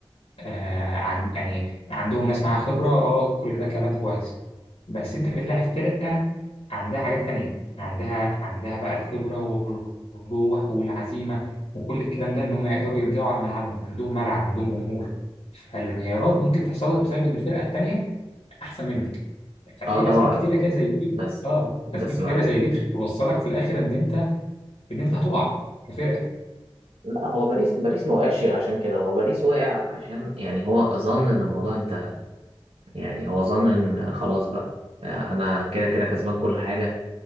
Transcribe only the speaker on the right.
اه طبعا
بس
بس
مع
لا هو باريس باريس ما وقعش عشان كده هو باريس وقع عشان يعني هو ظن ان الموضوع انتهى يعني هو ظن ان خلاص بقى انا كده كده كسبان كل حاجه